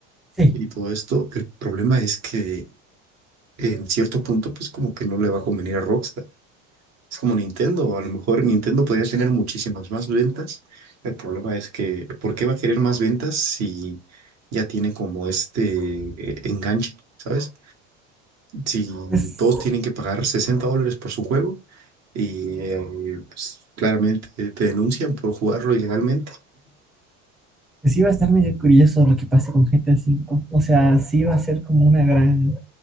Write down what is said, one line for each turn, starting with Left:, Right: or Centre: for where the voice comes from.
Centre: Sí,
Right: y todo esto. El problema es que en cierto punto, pues como que no le va a convenir a Rockstar. Es como Nintendo, a lo mejor Nintendo podría tener muchísimas más ventas. El problema es que, ¿por qué va a querer más ventas si ya tiene como este eh, enganche, ¿sabes? Si
Centre: pues,
Right: todos tienen que pagar 60 dólares por su juego y eh, pues, claramente te denuncian por jugarlo ilegalmente.
Centre: pues sí va a estar medio curioso lo que pase con GTA V. O sea, sí va a ser como una gran